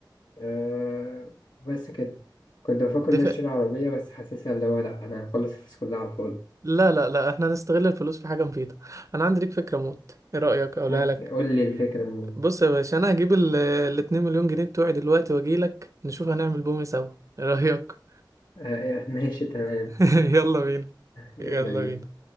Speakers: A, on the left; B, on the right.
A: آه بس كده كنت بفكر
B: دفع
A: إن أنا أشتري عربية بس حاسسها اللي هو لأ أنا هخلص الفلوس كلها على الفاضي
B: لا لا لا احنا هنستغل الفلوس في حاجة مفيدة انا عندي ليك فكرة موت ايه رأيك اقولها
A: ممكن
B: لك
A: قول لي الفكرة المهم
B: بص يا باشا انا هجيب ال ال 2 مليون جنيه بتوعي دلوقتي واجي لك نشوف هنعمل بومي سوا ايه رأيك
A: آه ماشي تمام
B: <laughs> يلا بينا
A: <laughs>
B: يلا
A: يلا بينا
B: بينا